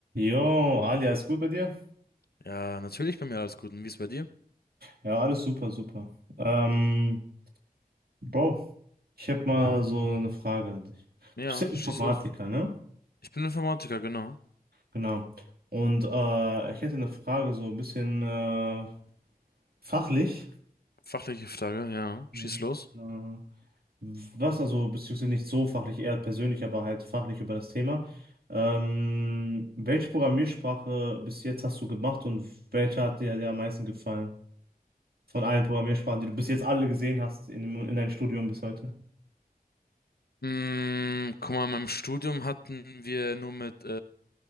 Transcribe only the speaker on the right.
Jo, Ali, alles gut bei dir?
Ja, alles super, super. Ähm, Bro, ich habe mal so eine Frage an dich.
Du bist ja Informatiker,
ne?
Genau. Und äh, ich hätte eine Frage so ein bisschen äh, fachlich.
Ja.
Äh, was also, beziehungsweise nicht so fachlich, eher persönlich, aber halt fachlich über das Thema. Ähm, welche Programmiersprache bis jetzt hast du gemacht und welche hat dir, dir am meisten gefallen? Von allen Programmiersprachen, die du bis jetzt alle gesehen hast in, dem- in deinem Studium bis heute.